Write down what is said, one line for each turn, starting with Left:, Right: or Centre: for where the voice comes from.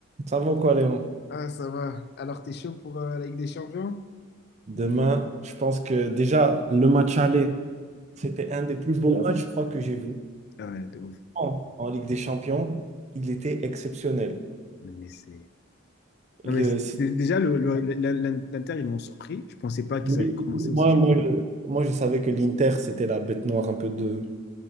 Right: Ça va quoi, Léon?
Left: Ah, ça va. Alors, t'es chaud pour euh, la Ligue des Champions?
Right: Demain, je pense que déjà, le match aller, c'était un des plus beaux matchs, je crois, que j'ai vu
Left: Ah ouais, de ouf.
Right: en, en Ligue des Champions. Il était exceptionnel.
Left: Non, mais c'est...
Right: Le-
Left: Non, mais c'est-
Right: c'est-
Left: dé- déjà, le, le- la- la- l'Inter, ils m'ont surpris. Je pensais pas qu'ils
Right: moi,
Left: allaient commencer aussi chaud.
Right: moi, je moi, je savais que l'Inter, c'était la bête noire un peu de,